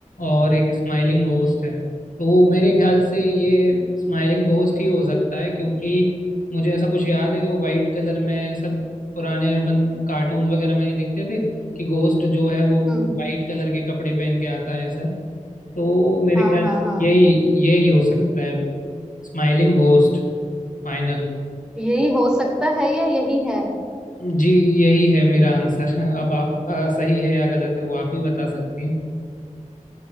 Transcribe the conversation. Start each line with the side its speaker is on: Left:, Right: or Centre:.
Left: और एक स्माइलिंग घोस्ट है तो मेरे ख्याल से ये स्माइलिंग घोस्ट ही हो सकता है क्योंकि मुझे ऐसा कुछ याद है कि वो वाइट कलर में सब पुराने अपन कार्टून्स वगैरह में नहीं देखते थे कि घोस्ट जो है वो
Centre: हम्म
Left: वाइट कलर के कपड़े पहन के आता है ऐसा तो मेरे
Centre: हाँ
Left: ख्याल
Centre: हाँ
Left: से
Centre: हाँ
Left: यही यही हो सकता है Smiling ghost final
Centre: यही हो सकता है या यही है
Left: जी यही है मेरा आंसर <laughs> अब आप अ, सही है या गलत है वो आप ही बता सकती हैं